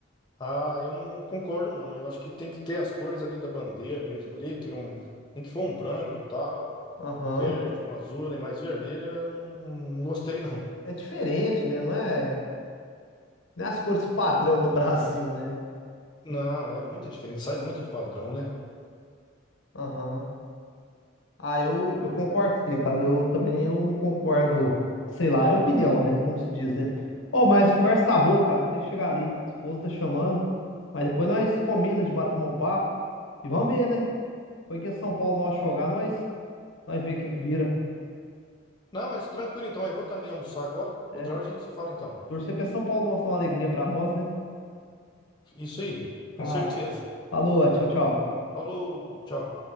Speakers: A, on the left (about 20°); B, on the left (about 75°).
A: Ah, eu não concordo, não. Eu acho que tem que ter as cores ali da bandeira mesmo ali. Tem um, tem que for um branco tal,
B: Aham.
A: um verde, um azul, né? Mas vermelho eu não, não gostei, não.
B: É diferente, né? Não é, não é as cores padrão do Brasil, né?
A: Não, é muito diferente, sai muito do padrão, né?
B: Aham. Ah, eu, eu concordo, sim, cara. Eu também eu não concordo, sei lá, é opinião, né? Como se diz, né? Ô, mas conversa tá boa, cara. Tem que chegar ali. Esposa tá chamando. Mas depois nós combina de bater mão papo. E vamos ver, né? Foi que é São Paulo nós jogar, nós, nós ver o que que vira.
A: Não, mas tranquilo então. Eu vou também almoçar agora.
B: É.
A: Outra hora a gente se fala então.
B: Torcer pra São Paulo nosso dar uma alegria pra nós, né?
A: Isso aí, com
B: Ah,
A: certeza.
B: falou, tchau, tchau.
A: Falou, tchau.